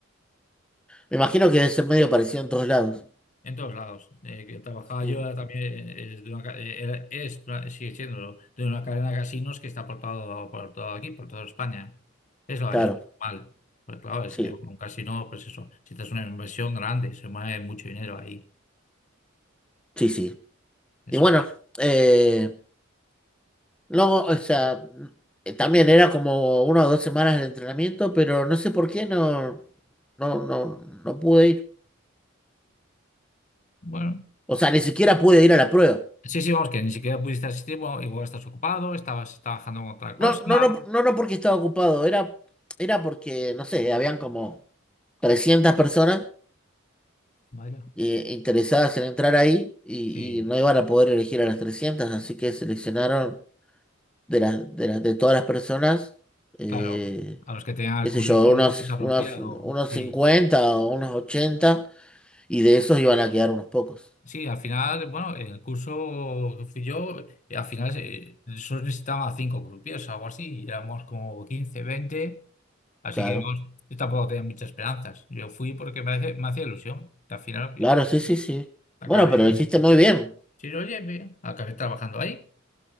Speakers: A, in the centre; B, on the left.
A: Me imagino que debe ser medio parecido en todos lados.
B: En todos lados. Eh, que trabajaba
A: Sí.
B: yo también, eh, es, de una ca- eh, era- es una- sigue siendo de una cadena de casinos que está por todo, por todo aquí, por toda España. Es, lo-
A: Claro,
B: es normal. Pues claro, es
A: sí,
B: que un casino, pues eso, si te es una inversión grande, se mueve mucho dinero ahí.
A: sí, sí.
B: Eso.
A: Y bueno, eh, luego, o sea, eh, también era como una o dos semanas de entrenamiento, pero no sé por qué no, no, no, no pude ir.
B: Bueno.
A: O sea, ni siquiera pude ir a la prueba.
B: Sí, sí, vamos, que ni siquiera pudiste asistir, bueno, igual estás ocupado, estabas trabajando en otra cosa.
A: No, no, no, no, no porque estaba ocupado, era, era porque, no sé, habían como 300 personas
B: Vaya.
A: eh, interesadas en entrar ahí y,
B: Sí,
A: y no iban a poder elegir a las trescientas así que seleccionaron de las de las de todas las personas, eh,
B: claro. A los que tengan
A: qué
B: el currículum
A: sé yo, unos,
B: pues, apropiado,
A: unos, unos
B: sí.
A: 50 o unos 80 y de esos iban a quedar unos pocos.
B: Sí, al final, bueno, en el curso que fui yo, eh, al final eh, solo necesitaba cinco grupos o algo así, y éramos como 15, 20, así
A: Claro,
B: que vamos, yo tampoco tenía muchas esperanzas. Yo fui porque me, hace- me hacía ilusión, que al final oye,
A: claro, sí, sí, sí.
B: acabé,
A: Bueno, pero lo hiciste muy bien,
B: sí, oye, bien, acabé trabajando ahí.